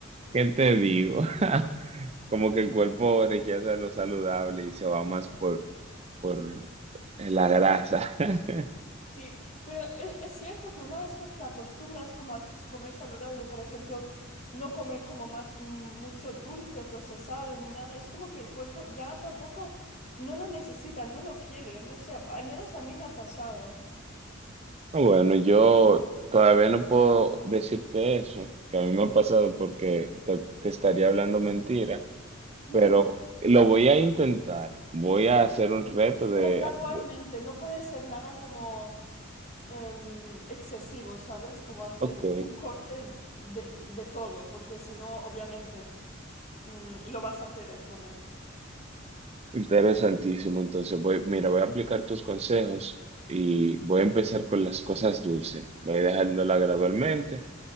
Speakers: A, on the right; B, on the left.
A: ¿qué te digo? <laughs> Como que el cuerpo rechaza lo saludable y se va más por, por la grasa. <laughs>
B: Sí, pero e- es, cierto que una vez que te acostumbras como a s- comer saludable, por ejemplo, no comer como ma- m- mucho dulce procesado ni nada, es como que el cuerpo ya tampoco no lo necesita, no lo quiere, no sé, al menos a mí me ha pasado.
A: Ah, Bueno, yo todavía no puedo decirte eso, que a mí me ha pasado porque te, te estaría hablando mentira,
B: <laughs> Ujú.
A: pero lo voy a intentar. Voy a hacer un reto de...
B: Como gradualmente,
A: de-
B: no puede ser nada como em, excesivo, ¿sabes? Como hacer
A: Ok,
B: un, un corte de, de todo, porque si no, obviamente, mm, lo vas a querer comer.
A: interesantísimo. Entonces, voy, mira, voy a aplicar tus consejos y voy a empezar con las cosas dulces. Voy dejándola gradualmente.